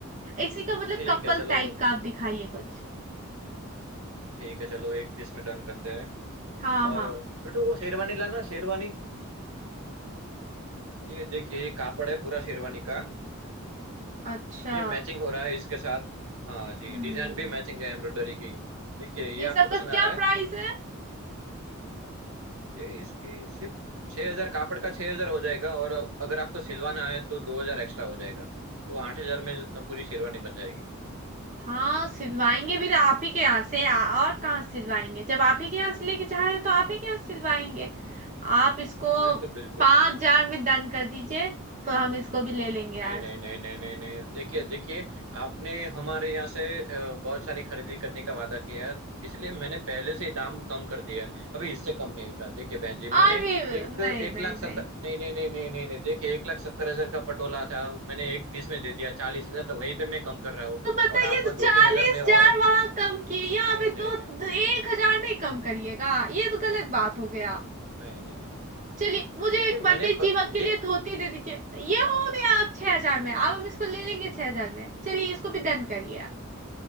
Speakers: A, on the right (about 35°); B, on the right (about 80°).
A: इसी का मतलब
B: ठीक
A: कपल
B: है चलो
A: टाइप का आप दिखाइए कुछ
B: ठीक है चलो इकतीस में डन करते हैं
A: हाँ
B: और
A: हाँ
B: छोटे वो शेरवानी लाना शेरवानी ये देखिए ये कापड़ है पूरा शेरवानी का
A: अच्छा
B: ये मैचिंग हो रहा है इसके साथ हाँ जी
A: हम्म
B: डिजाइन भी मैचिंग है एम्ब्रॉयडरी की देखिए ये
A: ये
B: आपको
A: सब का
B: पसंद
A: क्या
B: आ रहा है
A: प्राइस है
B: ये इसकी सिर्फ 6000 कापड़ का 6000 हो जाएगा और अगर आपको सिलवाना है तो 2000 एक्स्ट्रा हो जाएगा तो 8000 में पूरी शेरवानी बन जाएगी
A: हाँ सिलवाएंगे भी तो आप ही के यहाँ से आ- और कहाँ से सिलवाएंगे जब आप ही के यहाँ से लेके जा रहे हैं तो आप ही के यहाँ से सिलवाएंगे आप इसको
B: बिल्कुल बिल्कुल
A: पांच हजार में दान कर दीजिए तो हम इसको भी ले लेंगे
B: नहीं
A: आज
B: नहीं नहीं नहीं नहीं नहीं देखिए देखिए आपने हमारे यहाँ से अ, बहुत सारी खरीदी करने का वादा किया है इसलिए मैंने पहले से ही दाम कम कर दिया है अभी इससे कम नहीं होगा देखिए बहन जी
A: अरे
B: मैंने एक
A: नहीं नहीं
B: एक लाख
A: नहीं
B: सत्तर नहीं नहीं नहीं नहीं नहीं नहीं देखिए एक लाख सत्तर हजार का पटोला था मैंने एक तीस में दे दिया चालीस हजार वहीं पे मैं कम कर रहा हूँ
A: तो बताइए
B: और आप
A: तो चालीस
B: दो तीन हजार में
A: हजार
B: और
A: वहां कम किए यहाँ
B: नहीं
A: पे
B: नहीं
A: दो
B: नहीं
A: दो- एक हजार नहीं कम करिएगा ये तो गलत बात हो गया
B: नहीं नहीं नहीं नहीं
A: चलिए मुझे
B: देखिए
A: एक
B: मैंने
A: पंडित जी
B: प...
A: के
B: दे-
A: लिए धोती दे दीजिए ये हो गया आप छह हजार में अब हम इसको ले लेंगे छह हजार में चलिए इसको भी डन करिए